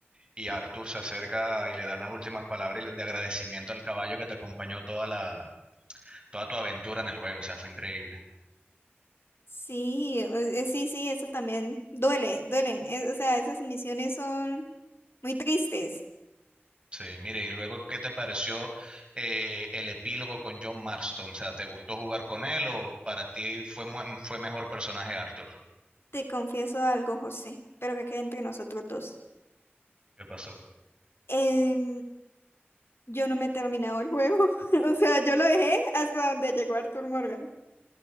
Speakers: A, on the right; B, on the left.
A: y Arthur se acerca y le da las últimas palabras y le- de agradecimiento al caballo que te acompañó toda la, toda tu aventura en el juego. O sea, fue increíble.
B: Sí, eh, eh, sí, sí, eso también duele, duelen. Es- o sea, esas misiones son muy tristes.
A: Sí, mire, y luego, ¿qué te pareció eh, el epílogo con John Marston? O sea, ¿te gustó jugar con él o para ti fue, mu- fue mejor personaje Arthur?
B: Te confieso algo, José, pero que quede entre nosotros dos.
A: ¿Qué pasó?
B: Em, yo no me he terminado el juego. <laughs> O sea, yo lo dejé hasta donde llegó Arthur Morgan.